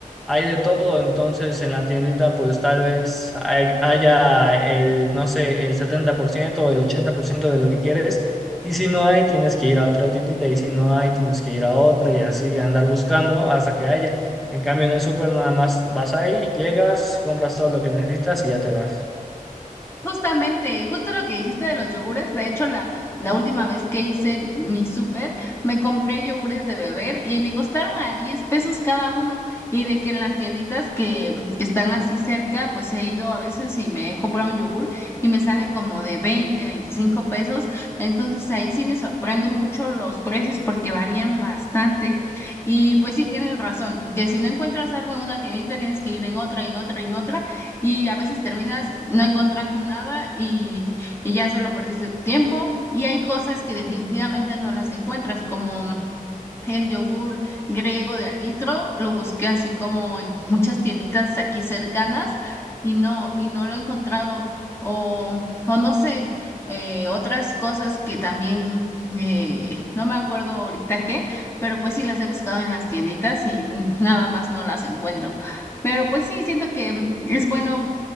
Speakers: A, in the centre; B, on the left (about 15°).
A: hay de todo, entonces en la tiendita pues tal vez hay- haya el, no sé, el 70% o el 80% de lo que quieres. Y si no hay, tienes que ir a otra tiendita, y si no hay, tienes que ir a otra y así andar buscando hasta que haya. En cambio, en el súper nada más vas ahí, llegas, compras todo lo que necesitas y ya te vas.
B: Justamente, justo lo que dijiste de los yogures, de hecho la, la última vez que hice mi súper, me compré yogures de beber y me costaron a 10 pesos cada uno y de que en las tienditas que, que están así cerca, pues he ido a veces y me he comprado un yogur y me sale como de 20, 25 pesos, entonces ahí sí me sorprende mucho los precios porque varían bastante y pues sí tienes razón, que si no encuentras algo en una tiendita tienes que ir en otra, en otra, en otra y a veces terminas no encontrando nada y, y ya solo perdiste tiempo y hay cosas que definitivamente no las encuentras, como el yogur griego de alitro lo busqué así como en <laughs> muchas tienditas aquí cercanas y no, y no lo he encontrado. O, o no sé, eh, otras cosas que también eh, no me acuerdo ahorita qué, pero pues sí las he buscado en las tienditas y <laughs> nada más no las encuentro. Pero pues sí, siento que es bueno